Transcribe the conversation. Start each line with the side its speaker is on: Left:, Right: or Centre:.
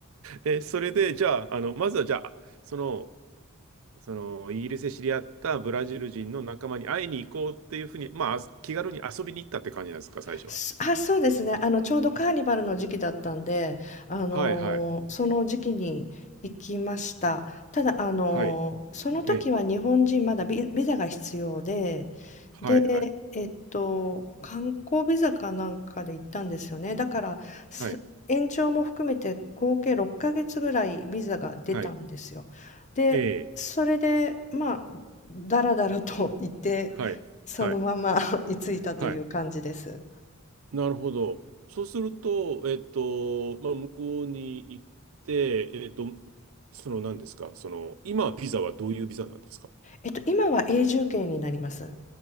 Right: い。<laughs> え、それで、じゃあ、あの、まずはじゃあ、その、そのイギリスで知り合ったブラジル人の仲間に会いに行こうっていうふうに、まあ、あ気軽に遊びに行ったって感じなんですか、最初は。
Left: すあ、そうですね。あの、ちょうどカーニバルの時期だったんで、あのーその時期に行きました。
Right: はいはい。
Left: ただ、あのーその時は日本人まだビ、
Right: はい。ええ。
Left: ビザが必要で、
Right: はいはい。
Left: で、えっと、観光ビザかなんかで行ったんですよね。だから、す延長も含めて合計6ヶ月ぐらいビザが出たんですよ。
Right: はい。はい。
Left: で、
Right: ええ。
Left: それで、まあ、だらだらと行って、
Right: はい。
Left: そのまま
Right: はい。
Left: <laughs> 居ついたという感じです。
Right: はい。なるほど。そうすると、えっと、まあ、向こうに行って、えっと、その何ですか、その、今はビザはどういうビザなんですか
Left: えっと、今は永住権になります。